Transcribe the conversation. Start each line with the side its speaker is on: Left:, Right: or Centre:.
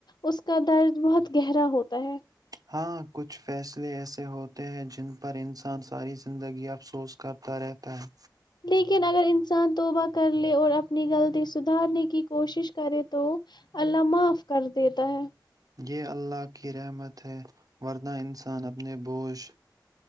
Left: اس کا درد بہت گہرا ہوتا ہے
Right: ہاں کچھ فیصلے ایسے ہوتے ہیں جن پر انسان ساری زندگی افسوس کرتا رہتا ہے
Left: لیکن اگر انسان توبہ کر لے اور اپنی غلطی سدھارنے کی کوشش کرے تو اللہ معاف کر دیتا ہے
Right: یہ اللہ کی رحمت ہے ورنہ انسان اپنے بوجھ